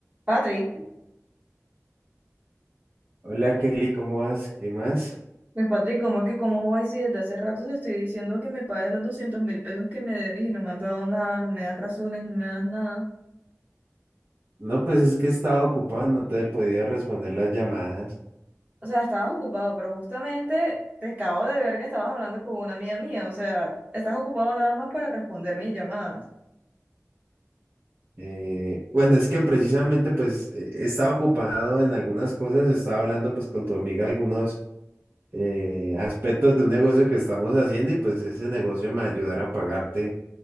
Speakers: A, on the right; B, on the right.
A: Patrick,
B: Hola Kelly, ¿cómo vas? ¿Qué más?
A: pues Patrick, ¿cómo que cómo voy si desde hace rato te estoy diciendo que me pagues los doscientos mil pesos que me debes y no me has dado nada, no me das razones, no me das nada?
B: No, pues es que estaba ocupado, no te he podido responder las llamadas.
A: O sea, estabas ocupado, pero justamente te acabo de ver que estabas hablando con una amiga mía, o sea, estás ocupado nada más para responder mi llamada.
B: Eh, bueno, es que precisamente pues eh, estaba ocupado en algunas cosas, estaba hablando pues con tu amiga algunos eh, aspectos de un negocio que estamos haciendo y pues ese negocio me ayudará a pagarte